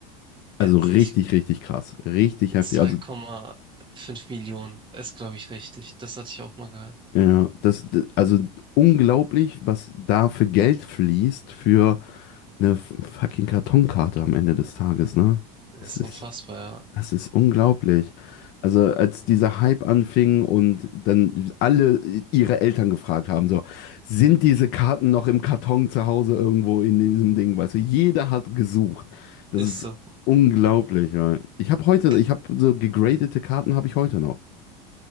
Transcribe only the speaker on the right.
Jetzt,
ich,
jetzt
zwei
Komma fünf Millionen ist, glaube ich, richtig. Das hatte ich auch mal gehört.
Ist
unfassbar, ja.
Ist
so.
Äh,